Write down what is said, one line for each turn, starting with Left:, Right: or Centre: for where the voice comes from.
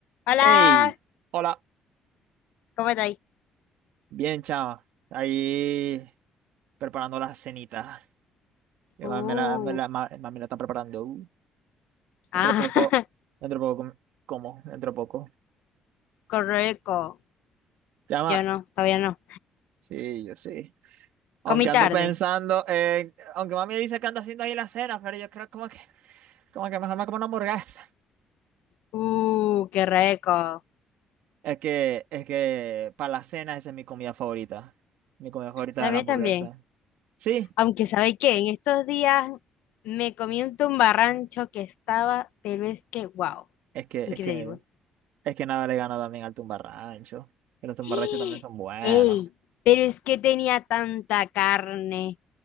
Left: Hola,
Right: Hey, hola,
Left: ¿cómo estáis?
Right: bien chama, ahí preparando la cenita. que
Left: Uh,
Right: mami me la, me la- ma- mami la está preparando, uh, dentro
Left: ah,
Right: de poco,
Left: <laughs>
Right: dentro de poco, com- como, dentro de poco,
Left: correco.
Right: chama,
Left: Yo no, todavía no.
Right: sí, yo sí, aunque
Left: Comí tarde.
Right: ando pensando, en- aunque mami dice que anda haciendo ahí la cena, pero yo creo como que, como que mejor me como una hamburguesa,
Left: Uh, qué rico.
Right: es que, es que para la cena esa es mi comida favorita, mi comida favorita
Left: La
Right: es la
Left: mía
Right: hamburguesa,
Left: también.
Right: sí,
Left: Aunque, ¿sabéis qué? En estos días me comí un tumbarrancho que estaba, pero es que, wow,
Right: es que,
Left: increíble.
Right: es que Es que nada le gana también al tumbarrancho. Que los tumbarranchos
Left: <gasps>
Right: también son buenos.
Left: ¡Ey! Pero es que tenía tanta carne.